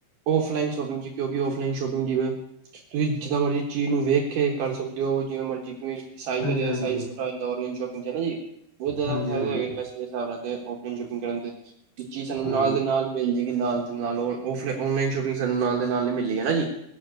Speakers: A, on the right (about 75°); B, on the left (about 75°).
A: ਆਫਲਾਈਨ ਸ਼ੋਪਿੰਗ ਚ ਕਿਉਂਕਿ ਔਫਲਾਈਨ ਸ਼ੋਪਿੰਗ ਜਿਵੇ ਤੁਸੀਂ ਜਿੱਦਾਂ ਮਰਜ਼ੀ ਚੀਜ਼ ਨੂੰ ਵੇਖ ਕੇ ਕਰ ਸਕਦੇ ਹੋ ਜਿਵੇਂ ਮਰਜੀ ਕੋਈ ਸਾਈਜ਼
B: ਹਾਂਜੀ
A: ਵਗੈਰਾ
B: ਹਾਂਜੀ
A: ਸਾਈਜ਼ ਛੋਟਾ ਆਨਲਾਈਨ ਸ਼ੋਪਿੰਗ <unintelligible> ਬਹੁਤ ਜਿਆਦਾ
B: ਹਾਂਜੀ
A: ਫਾਇਦਾ
B: ਹਾਂਜੀ
A: ਹੈਗੇ ਨੇ ਵੈਸੇ <unintelligible> ਔਨਲਾਈਨ ਸ਼ੋਪਿੰਗ ਕਰਨ ਤੇ <inaudible> ਇੱਕ ਚੀਜ਼ ਸਾਨੂੰ
B: ਹਾਂਜੀ
A: ਨਾਲ ਦੇ ਨਾਲ ਮਿਲ ਜਾਏਗੀ ਨਾਲ ਦੇ ਨਾਲ ਉਹ ਔਫਲਾ ਆਨਲਾਈਨ ਸ਼ੋਪਿੰਗ ਸਾਨੂੰ ਨਾਲ ਦੇ ਨਾਲ ਹੀ ਮਿਲੇਗੀ ਨਾ ਜੀ